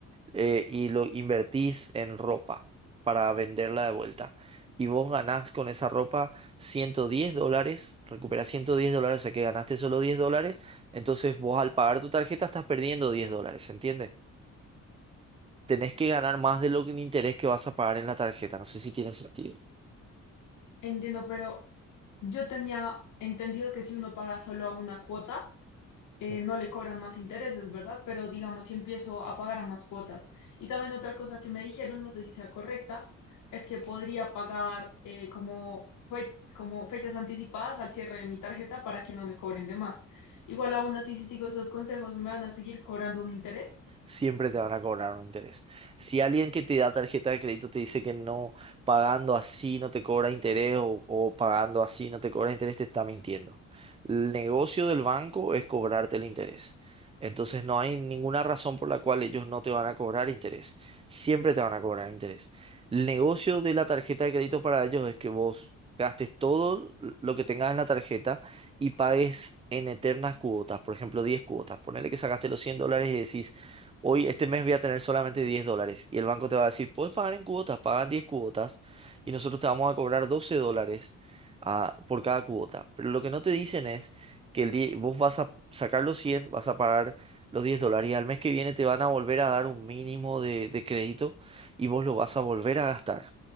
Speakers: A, on the right; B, on the left.
A: eh, y lo invertís en ropa para venderla de vuelta. Y vos ganás con esa ropa 110 dólares, recuperás 110 dólares, o sea que ganaste solo 10 dólares, entonces vos al pagar tu tarjeta estás perdiendo 10 dólares, ¿entiendes? Tenés que ganar más de lo que el interés que vas a pagar en la tarjeta, no sé si tiene sentido.
B: Entiendo, pero yo tenía entendido que si uno paga solo a una cuota, eh,
A: Ujú.
B: no le cobran más intereses, ¿verdad? Pero digamos, si empiezo a pagar a más cuotas. Y también otra cosa que me dijeron, no sé si sea correcta, es que podría pagar eh, como, fe- como fechas anticipadas al cierre de mi tarjeta para que no me cobren de más. Igual aún así, si sigo esos consejos, ¿me van a seguir cobrando un interés?
A: siempre te van a cobrar un interés. Si alguien que te da tarjeta de crédito te dice que no, pagando así no te cobra interés o, o pagando así no te cobra interés, te está mintiendo. El negocio del banco es cobrarte el interés. Entonces no hay ninguna razón por la cual ellos no te van a cobrar interés. Siempre te van a cobrar interés. El negocio de la tarjeta de crédito para ellos es que vos gastes todo lo que tengas en la tarjeta y pagues en eternas cuotas, por ejemplo, 10 cuotas. Ponele que sacaste los 100 dólares y decís, hoy este mes voy a tener solamente 10 dólares. Y el banco te va a decir, puedes pagar en cuotas, pagan 10 cuotas y nosotros te vamos a cobrar 12 dólares ah, por cada cuota. Pero lo que no te dicen es que el die- vos vas a sacar los 100, vas a pagar los 10 dólares y al mes que viene te van a volver a dar un mínimo de, de crédito y vos lo vas a volver a gastar